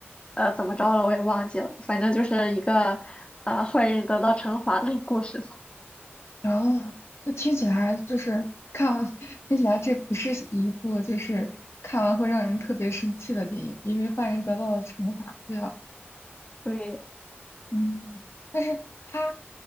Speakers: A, on the left; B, on the left.
A: 呃，怎么着了我也忘记了，反正就是一个，呃，坏人得到惩罚的故事吧。
B: 然后就听起来就是看完 <laughs> 听起来这不是一部就是看完会让人特别生气的电影，因为坏人得到了惩罚，对吧？
A: 对，
B: 嗯，但是它